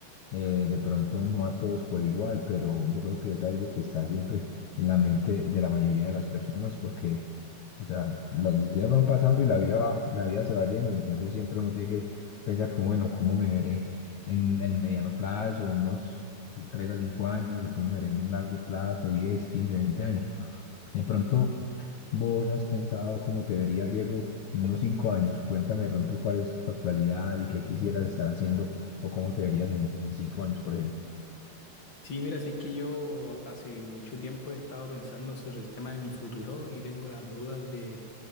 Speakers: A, on the left; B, on the left.
A: eh, de pronto no a todos por igual, pero yo creo que es algo que está siempre en la mente de la mayoría de las personas porque, o sea, las- los días van pasando y la vida va- la vida se va yendo, entonces siempre uno tiene que pensar como, bueno, ¿cómo me veré en el mediano plazo, en unos 3 a 5 años, o cómo me veré en un largo plazo, 10 15 20 años? De pronto, vos has pensado cómo te verías, Diego, en unos 5 años. Cuéntame de pronto cuál es tu actualidad y qué quisieras estar haciendo o cómo te verías en, en cinco años, por ejemplo.
B: Sí, mira, es que yo hace mucho tiempo he estado pensando sobre el tema de mi futuro y tengo las dudas de